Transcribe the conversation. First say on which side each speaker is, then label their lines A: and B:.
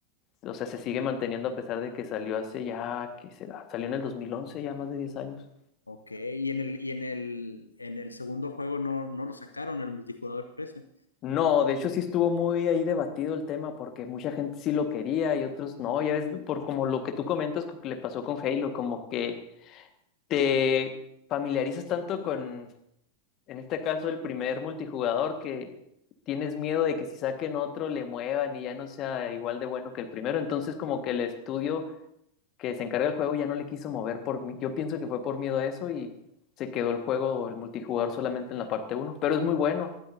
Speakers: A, on the left; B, on the left.
A: o sea, se sigue manteniendo a pesar de que salió hace ya, ¿qué será? Salió en el 2011 ya más de 10 años.
B: Ok, y en el, y en el, en el segundo juego no, no lo sacaron, el multijugador ese.
A: No, de hecho sí estuvo muy ahí debatido el tema porque mucha gente sí lo quería y otros no. Ya ves, por como lo que tú comentas que le pasó con Halo, como que te familiarizas tanto con En este caso, el primer multijugador que tienes miedo de que si saquen otro le muevan y ya no sea igual de bueno que el primero. Entonces, como que el estudio que se encarga del juego ya no le quiso mover por mi- Yo pienso que fue por miedo a eso y se quedó el juego, el multijugador solamente en la parte uno Pero es muy bueno.